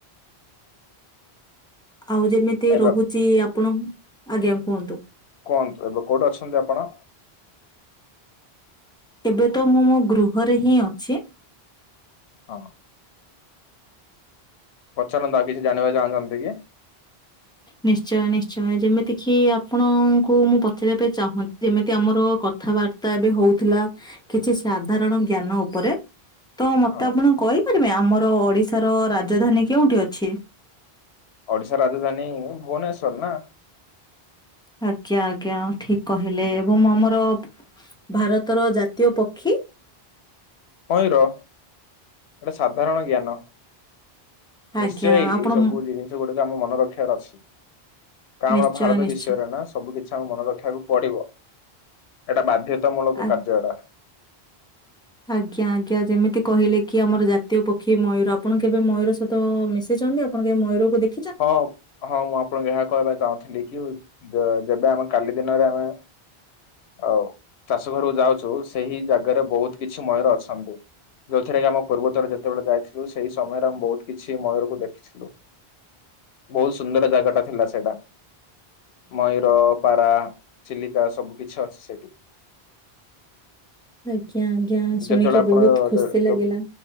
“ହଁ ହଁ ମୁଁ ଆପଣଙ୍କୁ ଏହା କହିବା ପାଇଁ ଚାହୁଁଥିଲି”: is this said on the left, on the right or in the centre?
Left